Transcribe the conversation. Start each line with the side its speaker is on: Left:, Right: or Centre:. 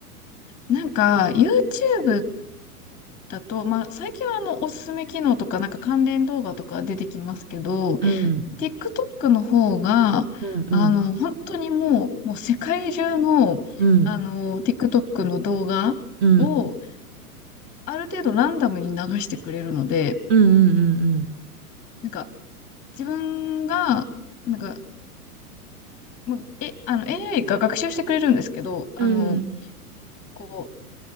Left: なんか、YouTube だと、まあ、最近はあの、おすすめ機能とか、なんか関連動画とか出てきますけど、
Right: うん。
Left: TikTok の方が、
Right: うんうん
Left: あの、本当にもう、もう世界中の、
Right: うん
Left: あの、TikTok の動画を、
Right: うん
Left: ある程度ランダムに流してくれるので、
Right: うんうん
Left: なんか、自分が、なんか、もう、え、あの、AI が学習してくれるんですけど、あの、
Right: うんうんうん
Left: こ